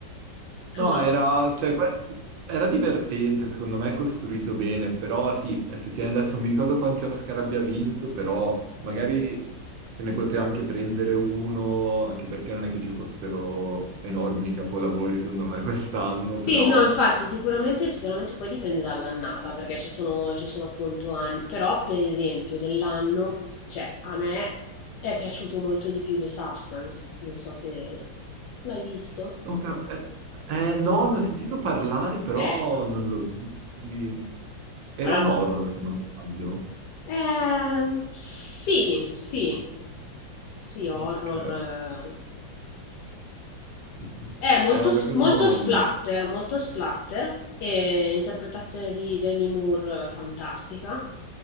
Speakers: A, on the left; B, on the right.
A: clamore.
B: No, era, cioè, quest- era divertente, secondo me, costruito bene, però sì, effettivamente adesso non mi ricordo quanti Oscar abbia vinto, però magari se ne poteva anche prendere uno, anche perché non è che ci fossero enormi capolavori, secondo me, quest'anno, però...
A: Sì, no, infatti sicuramente, sicuramente poi dipende dall'annata, perché ci sono, ci sono appunto anni, però per esempio dell'anno, cioè a me è piaciuto molto di più The Substance, non so se l'hai visto.
B: Oh, ca- eh, eh, no, ne ho sentito parlare, però
A: Ecco,
B: non l'ho... di- Era
A: allora,
B: un horror, se non sbaglio.
A: ehm, sì, sì,
B: Dico,
A: sì, horror,
B: Ok.
A: eh,
B: Mhm.
A: È molto,
B: Eh no,
A: s-
B: perché
A: molto
B: sono...
A: splatter, molto splatter, e interpretazione di Demi Moore eh, fantastica,